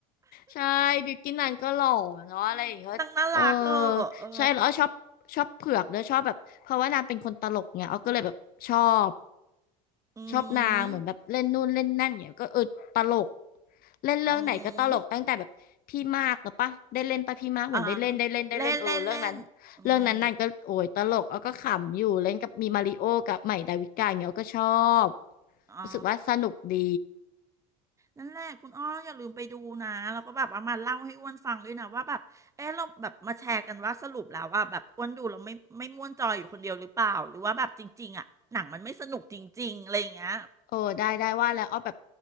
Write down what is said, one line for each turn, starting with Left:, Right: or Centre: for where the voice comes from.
Left: ใช่บิวกินนันก็หล่อเนาะอะไรอย่างเงี้ยก็เออ
Right: นางน่ารักเออเออ
Left: ใช่แล้วอ้อชอบชอบเผือกด้วยชอบแบบเพราะว่านางเป็นคนตลกไงอ้อก็เลยแบบชอบ
Right: อื
Left: ชอบนางเหมือนแบบเล่นนู่นเล่นนั่นเงี้ยก็เออตลก
Right: ม
Left: เล่นเรื่องไหนก็ตลกตั้งแต่แบบพี่มากหรือปะได้เล่นปะพี่มากเหมือนได้เล่นได้เล่นได้เล่นเออเรื่องนั้น
Right: อืมอ่าเล่นเล่นเล่นอืม
Left: เรื่องนั้นนางก็โอ้ยตลกอ้อก็ขำอยู่เล่นกับมีมาริโอกับใหม่ดาวิกาย่างเงี้ยอ้อก็ชอบ
Right: อ๋อ
Left: รู้สึกว่าสนุกดี
Right: นั่นแหละคุณอ้ออย่าลืมไปดูนะ แล้วก็แบบเอามาเล่าให้อ้วนฟังด้วยนะว่าแบบเออเราแบบมาแชร์กันว่าสรุปแล้วว่าแบบอ้วนดูแล้วไม่ไม่ม่วนจอยอยู่คนเดียวหรือเปล่าหรือว่าแบบจริงๆอ่ะหนังมันไม่สนุกจริงๆอะไรอย่างเงี้ย
Left: เออได้ได้ว่าแล้วอ้อแบบ